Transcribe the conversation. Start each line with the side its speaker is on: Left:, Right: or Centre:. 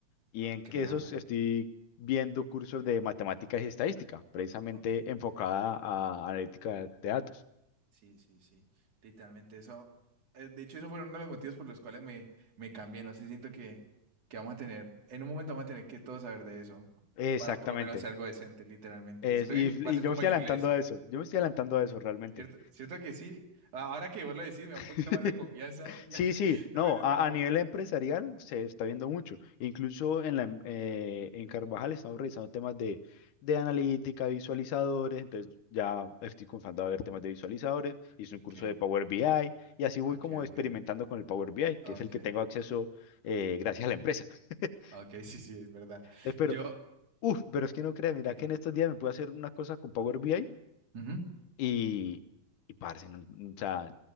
Left: y en
Right: Creana.
Left: que esos estoy viendo cursos de matemáticas y estadística, precisamente
Right: Ok.
Left: enfocada a analítica de datos.
Right: Sí, sí, sí. Literalmente eso. eh, De hecho, eso fue uno de los motivos por los cuales me, me cambié. No sé, siento que, que vamos a tener, en un momento vamos a tener que todos saber de eso.
Left: Exactamente.
Right: Para por lo menos hacer algo decente, literalmente.
Left: Es-
Right: Siento
Left: y,
Right: que
Left: y
Right: va a ser
Left: yo
Right: como
Left: me estoy
Right: el
Left: adelantando
Right: inglés.
Left: a eso, yo me estoy adelantando a eso realmente.
Right: ¿Cierto? Cierto que sí. A- Ahora que vos lo decís, me da
Left: <laughs>
Right: un poquito más de confianza y ya
Left: Sí, sí,
Right: <laughs> no
Left: no,
Right: me siento
Left: a,
Right: tan mal,
Left: a nivel
Right: pero.
Left: empresarial se está viendo mucho. Incluso en la, em- eh, en Carvajal estamos revisando temas de, de analítica, visualizadores, entonces ya estoy comenzando a ver temas de visualizadores, hice
Right: Ok,
Left: un curso de Power BI y así voy
Right: ok,
Left: como experimentando
Right: ok.
Left: con el Power BI,
Right: Ok.
Left: que es el que tengo acceso eh, gracias a la empresa. <laughs>
Right: Ok, <laughs> sí, sí, es verdad.
Left: Espero.
Right: Yo.
Left: Uf, pero es que no creas,
Right: ¿De
Left: mira
Right: ¿Qué,
Left: que
Right: qué?
Left: en estos días me pude hacer una cosa con Power BI
Right: Ujú.
Left: Y, y parce, no- no, o sea,